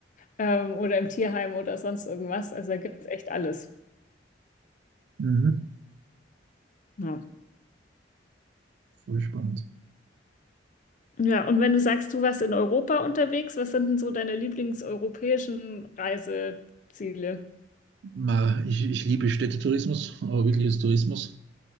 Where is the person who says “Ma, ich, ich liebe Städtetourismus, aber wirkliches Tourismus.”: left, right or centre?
Right